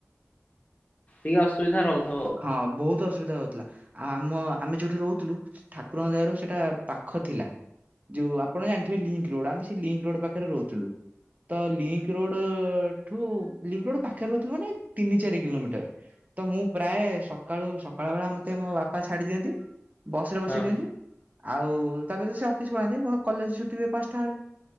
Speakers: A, on the left; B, on the right.
A: ଟିକ ଅସୁବିଧା ରହୁଥା
B: ହଁ ବୋହୁତ ଅସୁବିଧା ହୋଉଥୁଲା ଆଉ ଆମ ଆମେ ଯୋଉଠି ରହୁଥୁଲୁ ଠାକୁରଙ୍କ ଦୟାରୁ ସେଟା ପାଖ ଖ ଥିଲା ଯୋଉ ଆପଣ ଜାଣିଥିବେ ଲିଙ୍କ ରୋଡ ଆମେ ସେଇ ଲିଙ୍କ ରୋଡ ପାଖରେ ରହୁଥୁଲୁ। ତ ଲିଙ୍କ ରୋଡଠୁ ଲିଙ୍କ ରୋଡ ପାଖରେ ରହୁଥୁଲ ମାନେ ତିନି ଚାରି କିଲୋମିଟର। ତ ମୁଁ ପ୍ରାୟେ ସକାଳୁ ସକାଳ ବେଳା ମତେ ମୋ ବାପା ଛାଡିଦିଅନ୍ତି ବସରେ ବସେଇ
A: ହଁ
B: ଦିଅନ୍ତି। ଆଉ ତାପରେ ତ ସିଏ ଅଫିସ ପଳାନ୍ତି ମୋର କଲେଜ ଛୁଟିିହୁଏ ପାଞ୍ଚଟା ବେଳେ।